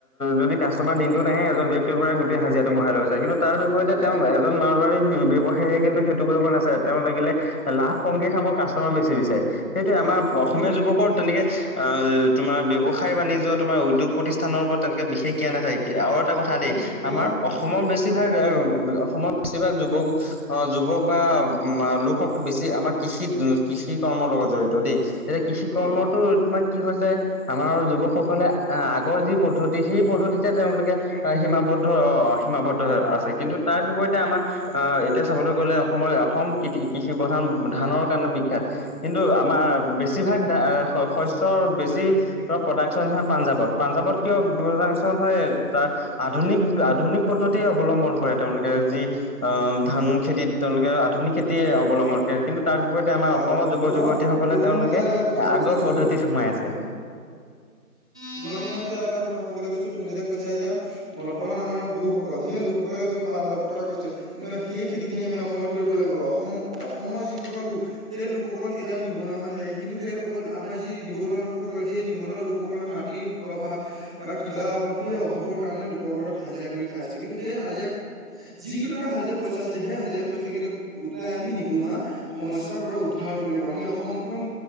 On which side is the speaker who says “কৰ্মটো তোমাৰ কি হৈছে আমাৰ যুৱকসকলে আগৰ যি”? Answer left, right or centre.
Left